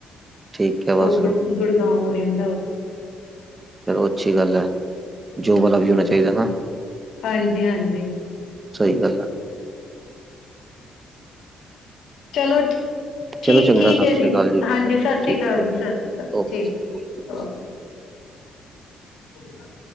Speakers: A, on the right (about 25°); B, on the left (about 75°).
A: ਠੀਕ ਐ
B: ਓ
A: ਬਸ,
B: ਗੁੜ ਗੁੜਗਾਓਂ ਰੈਂਦਾ ਓ
A: ਚਲੋ ਅੱਛੀ ਗੱਲ ਐ, ਜੋਬ ਵਾਲਾ ਵੀ
B: ਹਾਂ
A: ਹੋਣਾ ਚਾਈਦਾ ਨਾ।
B: ਹਾਂਜੀ ਹਾਂਜੀ
A: ਸਈ ਗੱਲ ਐ।
B: ਚਲੋ ਠੀ ਠੀ
A: ਚਲੋ ਚੰਗਾ
B: ਠੀਕ
A: ਸਤਿ
B: ਐ ਜੀ
A: ਸ੍ਰੀ ਅਕਾਲ
B: ਹਾਂਜੀ ਸਾਸ ਸ੍ਰੀ
A: ਠੀਕ
B: ਕਾਲ
A: ਹੈ
B: ਜੀ-ਸਾਸ ਸ਼੍ਰੀ ਕਾਲ
A: ਓਕੇ
B: ਠੀਕ ਓਕੇ। ਹੋਗੇ ਦੱਸ-ਵੀ।